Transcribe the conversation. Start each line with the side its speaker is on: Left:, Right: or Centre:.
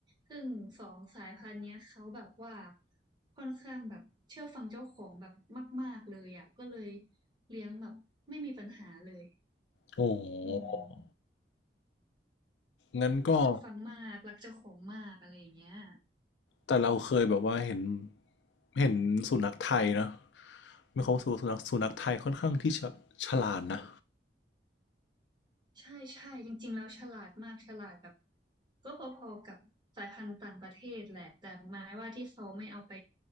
Right: ซึ่งสองสายพันธุ์เนี้ยเขาแบบว่าค่อนข้างแบบเชื่อฟังเจ้าของแบบมากๆเลยอะก็เลยเลี้ยงแบบไม่มีปัญหาเลย
Left: โอ้โห
Right: อืม
Left: งั้นก็
Right: เชื่อฟังมาก รักเจ้าของมากอะไรอย่างเงี้ย
Left: แต่เราเคยแบบว่าเห็นเห็นสุนัขไทยนะไม่เขาสสุนัขสุนัขไทยค่อนข้างที่จะฉลาดนะ
Right: ใช่ใช่จริงๆแล้วฉลาดมากฉลาดแบบก็พอๆกับสายพันธุ์ต่างประเทศแหละแต่หมายว่าที่เขาไม่เอาไป